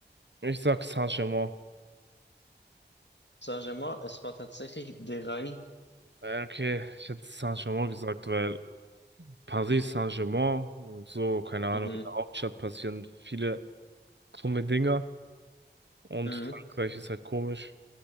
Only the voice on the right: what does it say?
ich sag Saint-Germain.
Äh, Okay, ich hätte Saint-Germain gesagt, weil Paris Saint-Germain und so, keine Ahnung,
in der Hauptstadt passieren viele krumme Dinger und
Frankreich ist halt komisch.